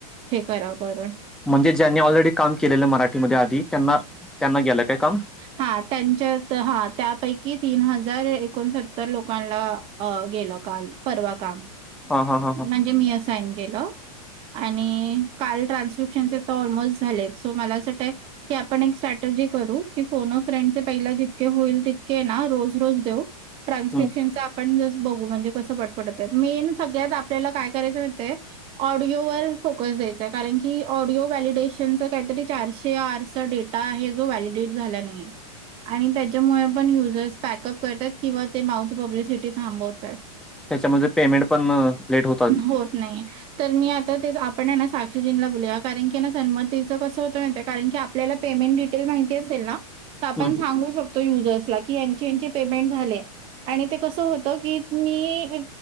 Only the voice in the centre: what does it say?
म्हणजे ज्यांनी ऑलरेडी काम केलेलं मराठीमध्ये आधी त्यांना त्यांना गेलं काय काम
हां, हां, हां, हां.
हं.
त्याच्यामध्ये पेमेंट पण लेट आलं.
हं. हं.